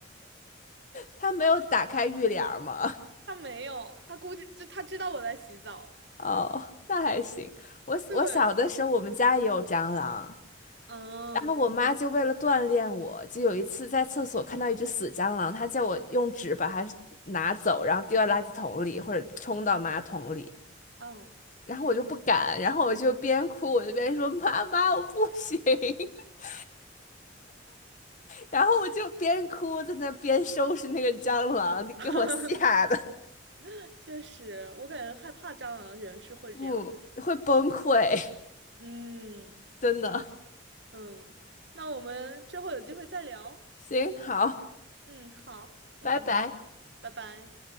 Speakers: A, on the left; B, on the right.
A: 他没有打开浴帘儿吗？
B: 他没有，他估计就他知道我在洗澡。
A: <laughs> 哦，那还行。我我小的时候，
B: 对，
A: 我们家也有蟑螂，
B: 嗯
A: 然后我妈就为了锻炼我，就有一次在厕所看到一只死蟑螂，她叫我用纸把它拿走，然后丢到垃圾桶里或者冲到马桶里，
B: 嗯，
A: 然后我就不敢，然后我就边哭我就边说妈妈我不行，<laughs> 然后我就边哭在那边收拾那个蟑螂，你给我吓的，
B: <laughs> 确实，我感觉害怕蟑螂的人是会这样子。
A: <laughs> 嗯，会崩溃，
B: 嗯
A: 真的。
B: 嗯，那我们之后有机会再聊。
A: 行，好。
B: 嗯，好，嗯，
A: 拜拜。
B: 拜拜。